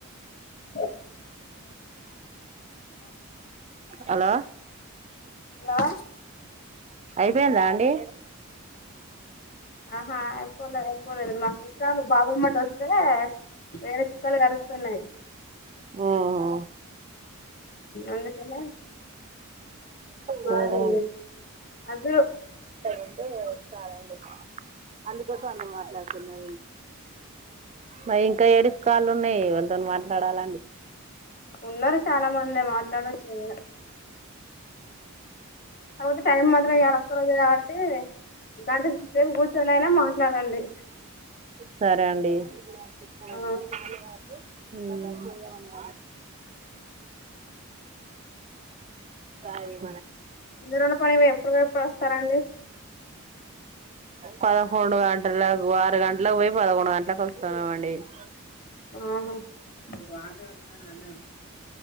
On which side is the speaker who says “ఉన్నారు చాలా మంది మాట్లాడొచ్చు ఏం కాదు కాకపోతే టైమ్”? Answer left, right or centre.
Left